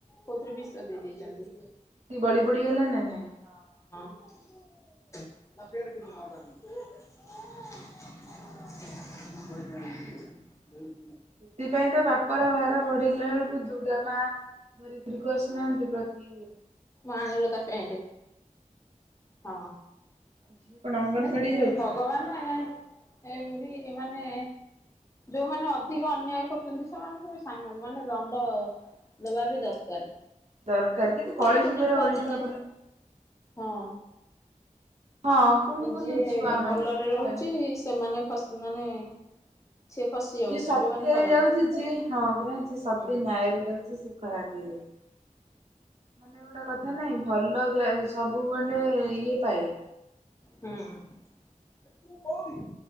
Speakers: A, on the left; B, on the right.
A: ପୋଥିରେ ବିଶ ଦେଇ ଦେଇଛନ୍ତି।
B: ସେ ବଳି ପଡିଗଲା ନା ନାଇଁ-
A: ଆ ପଣ୍ଡ ପ ମାଙ୍ଗ <unintelligible>
B: ସେଥିପାଇଁ ତ ବାପର ଭାର ବଢିଲା ବେଳକୁ ଯୁ ପିଲା ମା ଧରିତ୍ରୀକୁ ଆସୁନାହାନ୍ତି ପ୍ରତି
A: ଆଣିଲ ତା ପେଣ୍ଟେ - ହଁ
B: ଝିଅ କଣ ଅଙ୍ଗନବାଡି
A: ଏ
B: ଯାଉଛି
A: ଭଗବାନ ଏ ଏ ବି ମାନେ ଯୋଉମାନେ ଅଧିକ ଅନ୍ୟାୟ କରୁଛନ୍ତି ସେମାନଙ୍କୁ ବି ସାଙ୍ଗ ମାନେ ଦଣ୍ଡ ଦବା ବି ଦରକାର
B: ଦରକାର କିନ୍ତୁ
A: କୁନି
B: କଳିଯୁଗରେ
A: କୁନି ଛୁଆ
B: ଓଲଟା
A: ମାନେ
B: ପରା
A: ହଁ
B: ହଁ କୁନି କୁନି
A: ଯିଏ
B: ଛୁଆ
A: ଭଲରେ
B: ମାନେ ସେ କଣ
A: ରହୁଛି
B: ଜାଣିଛି।
A: ସେମାନେ ଖସି ମାନେ ସିଏ ଖସି ଯାଉଛନ୍ତି
B: ଯିଏ ସତ୍ୟରେ
A: ଯୋଉମାନେ ଖରାପ
B: ଯାଉଛି ଯିଏ ହଁ ପରା ଯିଏ ସତ୍ୟ
A: ହୁଁ
B: ନ୍ୟାୟରେ ଯାଉଛି ସେଏ ଖରାପ ମାନେ ଗୋଟେ କଥା ନାଇଁ ଭଲ ଯାଏ ସବୁବେଳେ ଇଏ ପାଏ
A: ହୁଁ। ତୁକୋଉଠି କି?